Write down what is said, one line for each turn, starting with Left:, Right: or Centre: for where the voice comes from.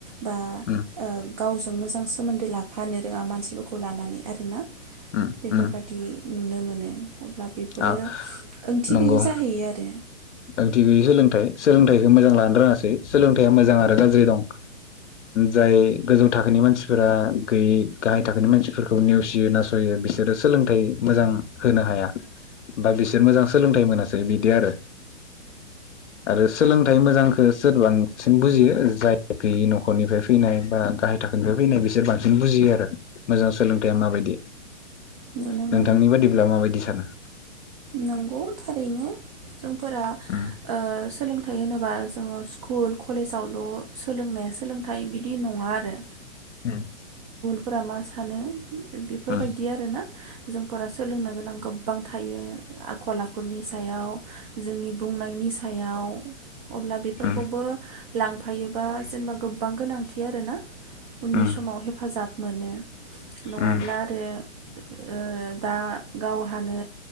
Right: बा
Left: उम
Right: ओ गावजों मोजां सोमोन्दो लाफानो रोङा मानसिफोरखौ लानानै आरो ना।
Left: उम
Right: बेफोरबादि
Left: उम
Right: नुनो मोन <unintelligible> अब्ला बेफोरो
Left: आ
Right: ओंथि
Left: नंगौ
Right: गैयै जाहैयो आरो।
Left: ओंथि गैयै सोलोंथाइ सोलोंथाइखौ मोजां लानो रोङासै सोलोंथाइया मोजां आरो गाज्रि दं जाय गोजौ थाखोनि मानसिफोरा गैयै गाहाय थाखोनि मानसिफोरखौ नेवसियो नासययो बिसोरो सोलोंथाइ मोजां होनो हाया बा बिसोर मोजां सोलोंथाइ मोनासै बिदि आरो। आरो सोलोंथाइ मोजांखौ सोर बांसिन बुजियो जाय गैयि न'खरनिफ्राय फैनाय बा गाहाय थाखोनिफ्राय फैनाय बिसोर बांसिन बुजियो आरो मोजां सोलोंथाइया माबायदि।
Right: नुनो
Left: नोंथांनि
Right: मोनो
Left: बाददिब्ला माबायदि थनो
Right: नंगौ थारैनो जों फोरा
Left: उम
Right: ओ सोलोंथाइ होनोबा जो जोङो स्कुल कलेजावल' सोलोंनाया सोलोंथाइ बिदि नङा आरो।
Left: उम
Right: फोरा मा सानो बेफोरबायदि
Left: उम
Right: आरोना जोंफोरा सोलोंनो गोनां गोबां थायो। खलाखलनि सायाव जोंनि बुंनायनि सायाव अब्ला बेफोरखौबो
Left: उम
Right: लां फायोबा जेनेबा गोबां गोनांथि आरोना उननि
Left: उम
Right: समाव हेफाजाब मोनो। नङाब्ला
Left: उम
Right: आरो ओ दा गावहानो